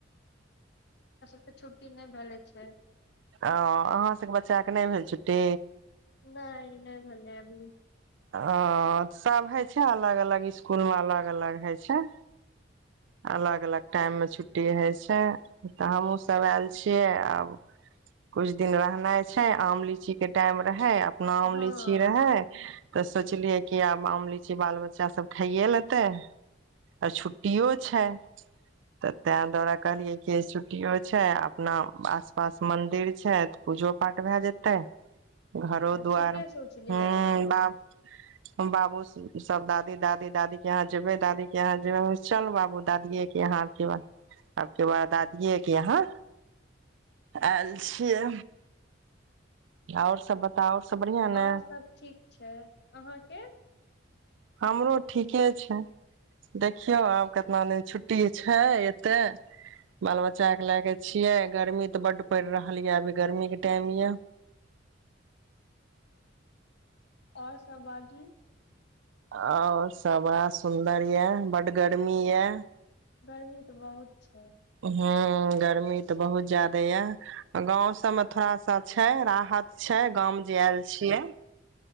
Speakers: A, on the left; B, on the right.
A: के छुट्टी नहि भेले छै
B: ओ अहाँ सभके बच्चाके नहि भेल छुट्टी
A: नहि नहि भेल यै अभी
B: ओ सभ हइ छै अलग अलग इकुलमे अलग अलग हइ छै अलग अलग टाइम में छुट्टी होय छै तऽ हमहुँ सब आयल छियै आब कुछ दिन रहनाइ छै आम लीची के टाइम रहे आ नाम
A: हँ
B: लीची रहै तऽ सोचलियै किया आम लीची बाल बच्चा सब खाइे लेते आ छुट्टियो छै तऽ तैहि दुआरे कहलियै कि छुट्टियो छै अपना आस पास मन्दिर छै तऽ पूजो पाठ भए जेतै घरो द्वार
A: ठीके सोचलियै
B: ह
A: अहाँ
B: ब बाबू सब दादी दादी दादी के यहाँ जबे दादी के यहाँ जेबे चल बाब दादि के यहाँ बके बाद दादीे के यहाँ आयल छिय आओर सब बताउ सब बढ़ियां ने
A: आओर सभ ठीक छै अहाँके
B: हमरो ठीके छै देखियौ आब कितना दिन छुट्टी छै एतेक बाल बच्चाकेँ लए कऽ छियै गर्मी तऽ बड्ड पड़ि रहल यए अभी गर्मीके टाइम यए
A: आओर सब बाजू
B: आओर सब बड़ा सुन्दर यए बड गर्मी यए
A: गर्मी तऽ बहुत छै
B: ह्म गर्मी तऽ बहुत जादे यए गाँव सभमे थोड़ा सा छै राहत छै गाँवमे जे आयल छियै